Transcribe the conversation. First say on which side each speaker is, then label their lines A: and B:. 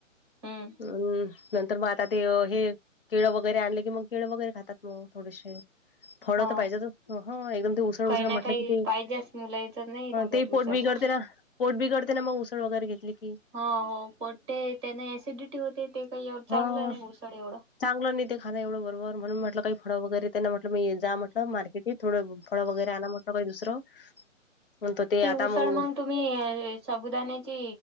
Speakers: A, on the right; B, on the left.
A: हम्म
B: अम नंतर मग आता ते हे केळ वगैरे आणले की मग, केळ वगैरे खातात मग थोडेसे. फळ
A: हो
B: तर पाहिजे तर, एकदम ते उसळ
A: काही
B: उसळ म्हटलं
A: ना काही
B: की ते,
A: पाहिजेच मुलाच नाही भागत
B: ते पोट
A: उसळला
B: बिघडते ना. पोट बिगडते ना मग उसळ वगैरे घेतली की.
A: हो हो पट ते त्याने ऍसिडिटी होते ते काही ए चांगलं
B: ह
A: नाही ऊसळ एवढ.
B: चांगलं नाहीेते खांन एवढं बरोबर म्हणून म्हटलं काही फळं वगैरे त्यांना म्हटलं मी जा म्हटलं मार्केटी, थोडं फळं वगैरे आना म्हटलं काई दुसरं म्हणतो ते
A: ती
B: आता
A: उसळ
B: मग
A: मंग तू मी शबुदाण्याची